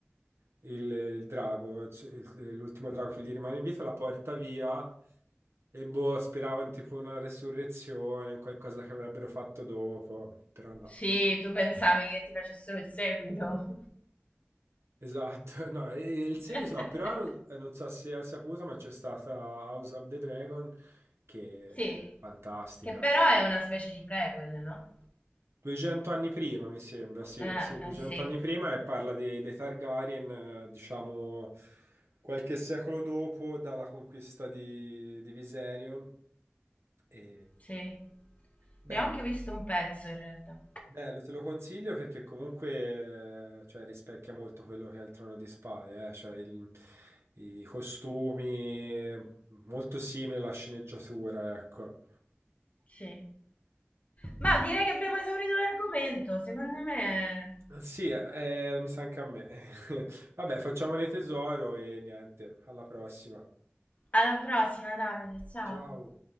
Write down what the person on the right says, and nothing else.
il, il drago, cioè il- l'ultimo drago che gli rimane in vita la porta via e boh, speravo in tipo una resurrezione, in qualcosa che avrebbero fatto dopo, però no.
Esatto, <laughs> no, e il seguito
no, però non eh, non so se hai saputo, ma c'è stata House of the Dragon che
è fantastica.
200 anni prima, mi sembra, sì,
sì, 200
anni prima e parla dei, dei Targaryen, eh, diciamo, qualche secolo dopo, dalla conquista di, di Viserion. E...
Bello,
bello, te lo consiglio perché comunque, eh, cioè, rispecchia molto quello che è il Trono di Spade, eh, cioè il- i costumi, molto simile alla sceneggiatura, ecco.
Sì, eh, mi sa anche a me. <laughs> Vabbè, facciamone tesoro e niente, alla prossima.
Ciao.